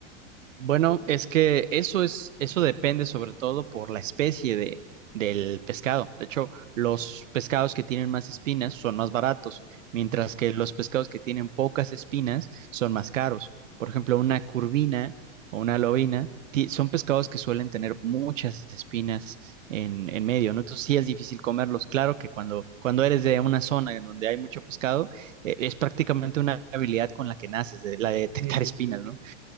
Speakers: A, on the right (about 85°); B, on the right (about 45°).
A: Bueno, es que eso es, eso depende sobre todo por la especie de, del pescado. De hecho, los pescados que tienen más espinas son más baratos, mientras que los pescados que tienen pocas espinas son más caros. Por ejemplo, una curvina o una lobina ti- son pescados que suelen tener muchas espinas en, en medio, ¿no? Entonces sí es difícil comerlos. Claro que cuando, cuando eres de una zona en donde hay mucho pescado, eh, es prácticamente una habilidad con la que naces, de- la de detectar
B: Sí, sí,
A: espinas,
B: sí.
A: ¿no?